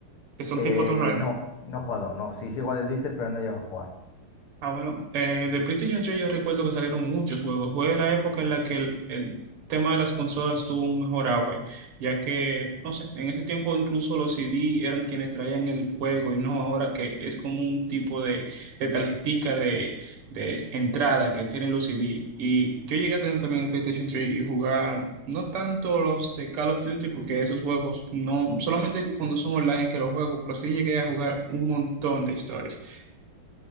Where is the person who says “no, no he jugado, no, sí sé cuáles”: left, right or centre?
Left